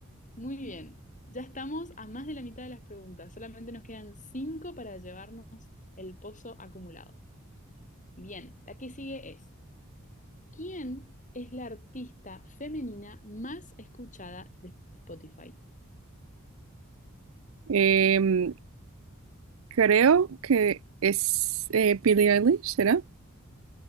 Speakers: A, on the left; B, on the right.
A: Muy bien, ya estamos a más de la mitad de las preguntas, solamente nos quedan cinco para llevarnos el pozo acumulado. Bien, la que sigue es, ¿quién es la artista femenina más escuchada de Spotify?
B: Em, creo que es eh, Billie Eilish, ¿será?